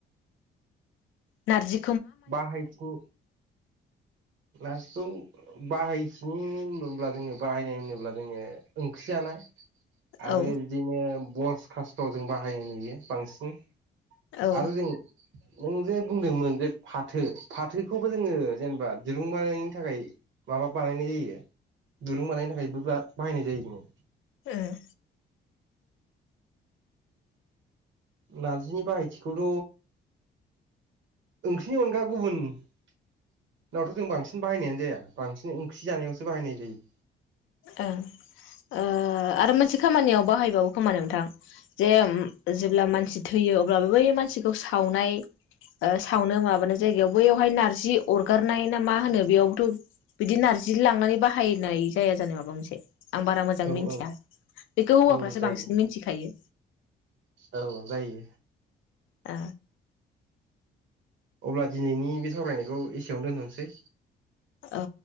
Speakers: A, on the left; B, on the right.
A: नारजि
B: बाहायखु नारजिखौ बाहायथिनि होनोब्ला जोङो बाहायनाय होनोब्ला जोङो ओंख्रि जानाय। आरो
A: औ
B: बिदिनो बस। खास्थआव जों बाहायनाय नुयो बांसिन।
A: औ
B: आरो जों नों जे बुंदोंमोन जे फाथोखौबो जोङो जेनेबा दिरुं बानायनि थाखाय माबा बानायनाय जायो दुरुं बानायनो थाखाय बाहायनाय जायो जोङो
A: ओम।
B: नारजिनि बाहायथिखौथ' ओंख्रिनि अनगा गुबुननावथ' जों बांसिन बाहायनायानो जाया बांसिन ओंख्रि जानायावसो बाहायनाय जायो।
A: ओ ओ आरो मोनसे खामानियाव बाहायबावो खोमा नोंथां जे जेब्ला मानसि थैयो अब्लाबो बै मानसिखौ सावनाय सावनो माबानाय जायगायाव बैयावहाय नार्जि अरगारनाय ना मा होनो बेयावबोथ' बिदि नार्जि लांनानै बाहायनाय। जाया जानाय माबा मोनसे। आं बारा मोजां
B: औ
A: मिथिया
B: औ
A: बेखौ हौवाफ्रासो
B: औ जायो
A: बांसिन मिथिखायो।
B: औ जायो
A: ओ।
B: अब्ला दिनैनि बे सावरायनायखौ एसेयावनो दोनथसै।
A: औ।